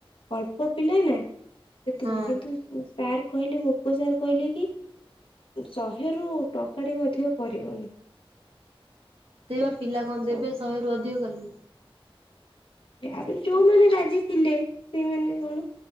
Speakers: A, on the left (about 65°); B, on the right (about 80°).
A: ଅଳ୍ପ ପିଲା ନା ସେଥିପାଇଁ
B: ହଁ।
A: କିନ୍ତୁ ସାର୍ କହିଲେ ଗୋପ ସାର୍ କହିଲେ କି ଶହେ ରୁ ଟଙ୍କାଟେ ବି ଅଧିକ କରିବନି।
B: ସେଇ
A: ତ
B: ପା ପିଲା କଣ ଦେବେ ଶହେରୁୁ ଅଧିକ କଲେ।
A: ତାପରେ ଯଉମାନେ ରାଜି ଥିଲେ ସେଇମାନେ କଣ